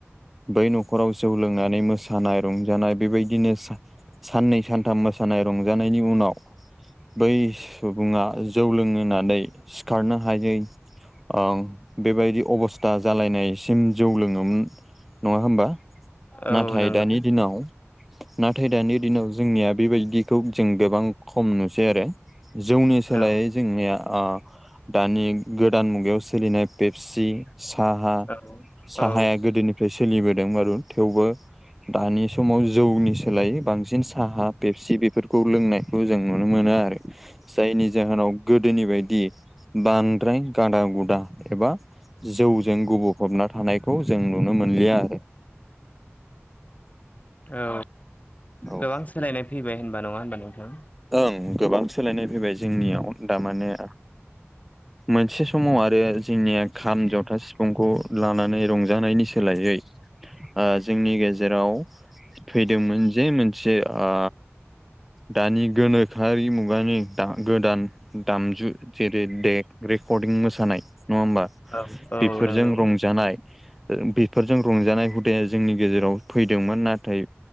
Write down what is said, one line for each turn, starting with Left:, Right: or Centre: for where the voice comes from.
Centre: बै न'खराव जौ लोंनानै मोसानाय रंजानाय बेबायदिनो साननै सानथाम मोसानाय रंजानायनि उनाव बै सुबुङा जौ लोंनानै सिखारनो हायै ओ बेबायदि अबस्था जालायनायसिम जौ लोङोमोन नङा होमबा।
Left: औ
Centre: नाथाय
Left: नंगौ
Centre: दानि दिनाव नाथाय दानि दिनाव जोंनिया बेबायदि खौ जों गोबां खम नुसै आरो जौनि सोलायै
Left: औ
Centre: जोंनिया ओ दानि गोदान मुगायाव सोलिनाय पेपसि साहा
Left: औ
Centre: साहाया
Left: औ
Centre: गोदोनि फ्राय सोलिबोदों मारुन थेवबो दानि समाव जौनि सोलायै बां सिन साहा बेपसि बेफोरखौ लोंनायखौ जों नुनो मोनो आरो। जायनि जाहोनाव गोदोनि बायदि बांद्राय गादा गुदा एबा जौजों गुबफबना थानायखौ जों नुनो मोनलिया आरो।
Left: औ
Centre: औ
Left: गोबां सोलायनाय फैबाय होनबा नङा होनबा नोंथां।
Centre: ओं गोबां सोलायनाय फैबाय जोंनियाव दा माने मोनसे समाव आरो जोंनिया खाम जथा सिफुंखौ लानानै रंजानायनि सोलायै ओ जोंनि गेजेराव फैदोंमोन जे मोनसे ओ दानि गोनोखोआरि मुगानि गोदान दामजु जेरै देग रेकर्डिं मोसानाय नङा होमबा
Left: औ औ
Centre: बेफोरजों
Left: नंगौ
Centre: रंजानाय। बेफोरजों रंजानाय हुदाया जोंनि गेजेराव फैदोंमोन नाथाय